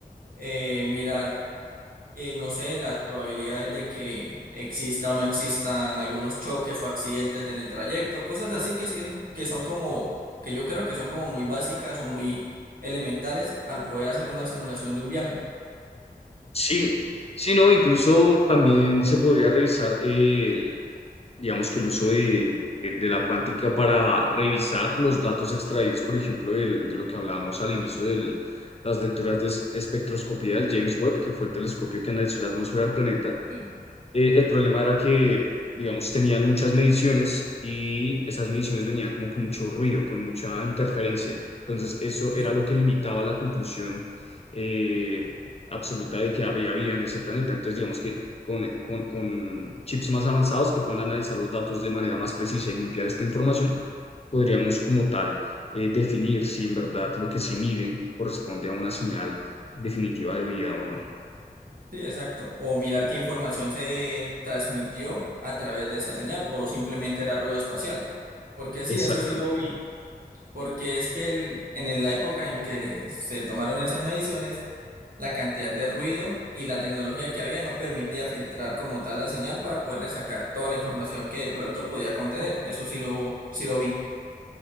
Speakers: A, on the right; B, on the left.
A: eh, mirar eh, no sé, las probabilidades de que exista o no existan algunos choques o accidentes en el trayecto, cosas así que, sí- que son como, que yo creo que son como muy básicas o muy elementales al poder hacer una simulación de un viaje.
B: Sí, sí, no, incluso también se podría revisar eh, digamos que el uso de, de- de la cuántica para revisar los datos extraídos, por ejemplo, del- de lo que hablábamos al inicio de las lecturas de es- espectroscopía del James Webb, que fue el telescopio que analizó la atmósfera del planeta.
A: ¿Sí?
B: Eh, el problema era que, digamos, tenían muchas mediciones y esas mediciones venían como con mucho ruido, con mucha interferencia. Entonces, eso era
A: Sí,
B: lo que limitaba la conclusión eh, absoluta de que había vida en ese planeta. Entonces, digamos que con, con, con chips más avanzados que puedan analizar los datos de manera más precisa y limpiar esta información, podríamos como tal eh, definir si en verdad lo que se mide corresponde a una señal definitiva de vida o no.
A: sí, exacto. O mirar qué información se transmitió a través de esa señal o simplemente era ruido espacial. Porque sí,
B: Exactamente.
A: eso sí lo vi. Porque es que el- en el- la época en que se tomaron esas mediciones, la cantidad de ruido y la tecnología que había no permitía filtrar como tal la señal para poderle sacar toda la información que de pronto podía contener. Eso sí lo, sí lo vi.